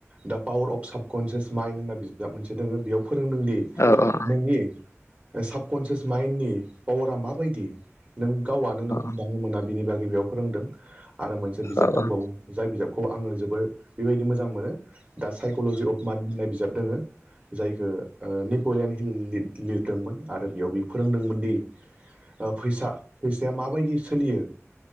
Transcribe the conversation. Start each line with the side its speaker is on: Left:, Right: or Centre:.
Right: दा पावार अफ साबकनसियास माइन्ड होनना बिजाब मोनसे दङो बेयाव फोरोंदों दि
Left: औ औ।
Right: नोंनि साबकनसियास माइन्डनि पावारा माबायदि नों गावआनो नों हमदांनो
Left: औ
Right: मोना बिनि बागै बेयाव फोरोंदों आरो मोनसे बिजाब
Left: आं
Right: दंबावो। जाय बिजाबखौ आङो जोबोर बेबायदि मोजां मोनो दा साइक'लजि अफ मानि होननाय बिजाब दोङो जायखो ओ नीब पलेेन हिल लिर लिरदोंमोन आरो बेयाव बि फोरोंदोंमोन दि ओ फैसा फैसाया माबायदि सोलियो